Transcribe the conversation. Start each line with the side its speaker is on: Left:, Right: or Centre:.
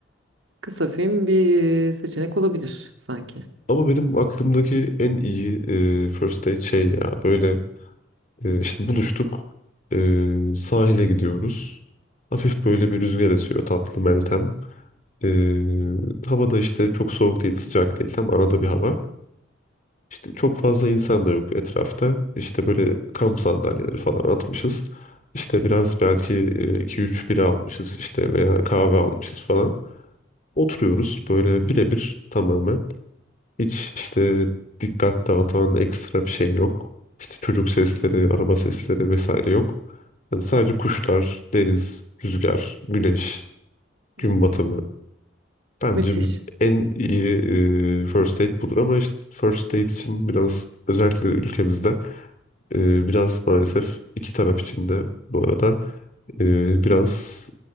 Right: Kısa film bir seçenek olabilir sanki.
Left: Ama benim aklımdaki en iyi eee, first date şey ya böyle eee, işte buluştuk eee, sahile gidiyoruz. Hafif böyle bir rüzgar esiyor tatlı Meltem. Ee, havada işte çok soğuk değil, sıcak değil. Tam arada bir hava. İşte çok fazla insan da yok etrafta. İşte böyle kamp sandalyeleri falan atmışız. İşte biraz belki iki üç bira almışız işte veya kahve almışız falan. Oturuyoruz böyle birebir tamamen. Hiç işte dikkat dağıtan ekstra bir şey yok. İşte çocuk sesleri, araba sesleri vesaire yok. Yani
Right: Evet.
Left: sadece kuşlar, deniz, rüzgar, güneş,
Right: Hı
Left: gün
Right: hı.
Left: batımı. Bence
Right: Müthiş.
Left: en iyi e, first aid budur ama işte first aid için biraz özellikle ülkemizde e, biraz maalesef iki taraf için de bu arada e, biraz